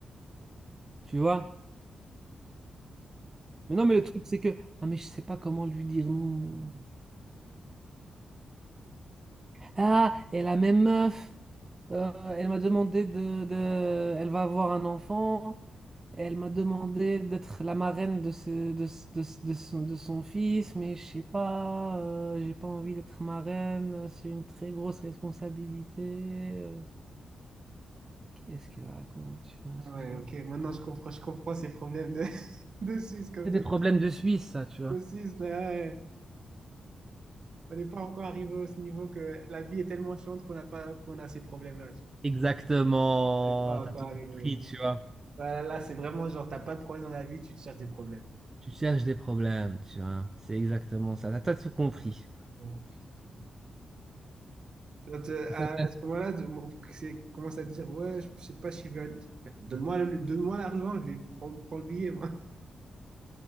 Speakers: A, on the right; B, on the right.
A: Tu vois? Mais non, mais le truc, c'est que, ah, mais je sais pas comment lui dire non. Ah, et la même meuf. Euh, elle m'a demandé de, de- Elle va avoir un enfant. Et Elle m'a demandé d'être la marraine de, ce, de, ce- de, ce- de son, de son fils, mais je sais pas, euh, j'ai pas envie d'être marraine. C'est une très grosse responsabilité. euh. qu'est-ce qu'elle raconte? tu vois,
B: Ah
A: c'est-
B: ouais, ok. Maintenant, je comprends, je comprends ces problèmes de, <laughs> de Suisse, comme
A: C'est
B: tu
A: des problèmes
B: dis.
A: de Suisse, ça, tu vois.
B: Au Suisse, là, ouais, on n'est pas encore arrivé à ce niveau que la vie est tellement chiante qu'on n'a pas, qu'on a ces problèmes-là. tu vois.
A: Exactement,
B: On n'est pas encore
A: t'as tout
B: arrivé.
A: compris, tu vois.
B: Là, là, là, c'est vraiment genre, t'as pas de problème dans la vie, tu te cherches des problèmes.
A: Tu cherches des problèmes, tu vois. C'est exactement ça. T'as t'as tout compris.
B: Oh, putain. Donc, euh,
A: En
B: à
A: fait,
B: ce moment-là, tu- mon- c'est- commence à dire, ouais, je, je sais pas si je vais aller. Frère, Donne-moi le- donne-moi l'argent, je vais prendre, prendre le billet, moi. <laughs>